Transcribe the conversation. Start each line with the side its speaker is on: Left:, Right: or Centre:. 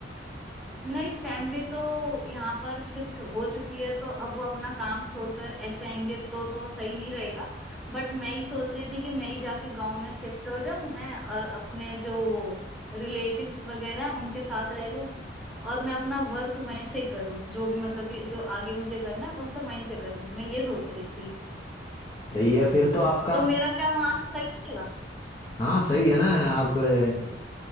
Centre: नहीं फैमिली तो यहाँ पर शिफ्ट हो चुकी है तो अब वो अपना काम छोड़कर ऐसे आएंगे तो तो सही नहीं रहेगा बट मैं ही सोचती थी कि मैं ही जाके गांव में शिफ्ट हो जाऊं है और अपने जो रिलेटिव्स वगैरह हैं, उनके साथ रह लूं और मैं अपना वर्क वहीं से करूं जो भी मतलब कि जो आगे मुझे करना है वो सब वहीं से करूं मैं ये सोच रही थी
Left: या फिर तो आपका
Centre: तो मेरा क्या वहां सही रहेगा
Left: हाँ सही है ना आप गाँव